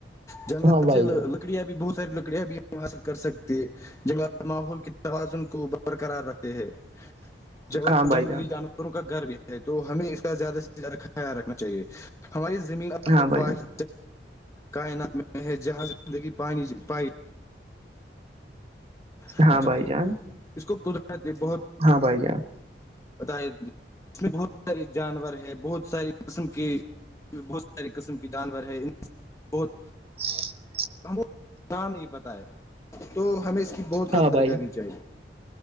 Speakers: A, on the left; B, on the right.
A: جنگلات
B: ہاں بھائی
A: سے لکڑیاں
B: جان
A: بھی بہت ساری لکڑیاں بھی ہم حاصل کر سکتے ج ماحول کے توازن کو برقرار رکھتے ہے ج
B: ہاں
A: جنگلی
B: بھائی جان
A: جانوروں کا گھر بھی ہے تو ہمیں اس کا زیادہ سے زیادہ خیال رکھنا چاہیے ہماری زمین اب
B: ہاں
A: تک
B: بھائی
A: واش
B: جان
A: کائنت میں ہے جہاز زندگی پانی پائے رکھنا
B: ہاں بھائی
A: چاہیے
B: جان
A: اس کو قدرت بہت
B: ہاں بائی جے
A: بتا اس میں بہت سارے جانور ہے بہت ساری قسم کی بہت سارے قسم کی جانور ہے بہت
B: اچ <unintelligible> <inaudible>
A: ہم کو نام نہیں پت ہے تو ہمیں اس کی بہت
B: ہاں
A: قدر
B: بھائی
A: کرنی ت چاہ